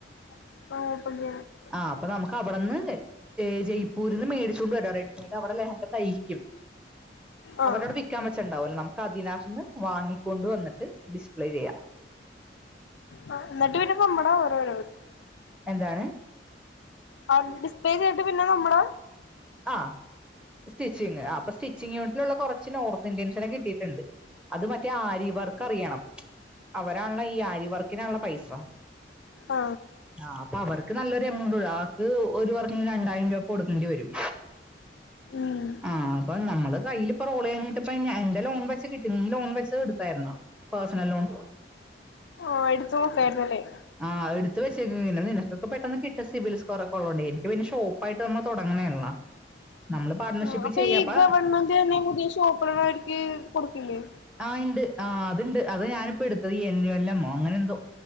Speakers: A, on the left; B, in the centre.
A: <unintelligible>
B: ആഹ് അപ്പൊ നമക്ക് അവിടെന്ന്ഏ ജയ്പൂരിന്ന് മേടിച്ചുകൊണ്ട് വരാ <unintelligible> അവിടെ ലഹങ്കാ തയ്ക്കും
A: ആഹ്
B: അവരവിടെ വിൽക്കാൻ വച്ചണ്ടാവല്ലോ നമുക്ക് അതിനകത്ത്ന്ന് വാങ്ങിക്കൊണ്ട് വന്നിട്ട് അത് ഡിസ്പ്ലേ ചെയ്യാം
A: ആ നട്ട് <unintelligible> <unintelligible>
B: എന്താണ്
A: ആ ഡിസ്പ്ലേ ചെയ്തിട്ട് പിന്നെ നമ്മൽ
B: ആഹ് സ്റ്റിച്ചിങ് ആ അപ്പൊ സ്റ്റിച്ചിങ്ങ് യൂണിറ്റിലുള്ള കുറച്ച് നോർത്ത് ഇന്ത്യൻസിനെ കിട്ടിയിട്ടുണ്ട് അത് മറ്റേ ആര്യവർക്ക് അറിയണം അവരാണുള്ള ഈ ആര്യവർക്കിനാണല്ലോപൈസ
A: ആ
B: ആ അപ്പൊ അവർക്ക് നല്ലൊരു എമൗണ്ട് <unintelligible> അത് ഒരുവർക്കിന് രണ്ടായിരം രൂപ ഒക്കെ കൊടുക്കേണ്ടി വരും
A: ഉം
B: ആഹ അപ്പൊ നമ്മള് കയ്യിയില് <unintelligible> എന്റെ ലോൺ വെച്ച് കിട്ടി നീ ലോൺ വെച്ച് എടുത്തായിരുന്നോ പേഴസണൽ ലോൺ
A: ആ എടുത്തു നോക്കായിരുന്നല്ലേ?
B: ആഹ് എടുത്ത് വെച്ചേക്കെ നിനക്കൊക്കെ പെട്ടന്ന് കട്ടും സിബിൽ സ്കോർ ഒക്കെയുള്ളോണ്ടേ എനിക്ക് പിന്നെ ഷോപ്പ് അപ്പായിട്ട് നമ്മൾ തുടങ്ങണേള്ള നമ്മള് പാട്ണർഷിപ്പിൽ
A: ആഹ് അപ്പൊ
B: ചെയ്യപ്പ
A: ഈ ഗവൺമെന്റ് തന്നെ പുതിയ ഷോപ്പ് അവർക്ക് പിന്നെ
B: ആ ഇണ്ട് ആ അത് ഇണ്ട് അതാ ഞാനിപ്പോ എടുത്തത് ഈ എല്ലമ്മോ അങ്ങനെ എന്തോ